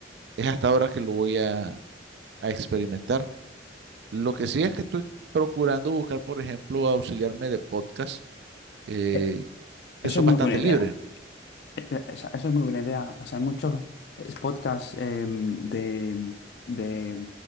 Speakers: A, on the right (about 65°); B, on the left (about 60°).
A: es hasta ahora que lo voy a, a experimentar. Lo que sí es que estoy procurando buscar, por ejemplo, auxiliarme de podcasts eh,
B: Eh,
A: que
B: Eso
A: son
B: es
A: bastante
B: muy buena idea.
A: libres.
B: Eh, eh, esa- Eso es muy buena idea. O sea, hay muchos eh, podcasts eh, de, de,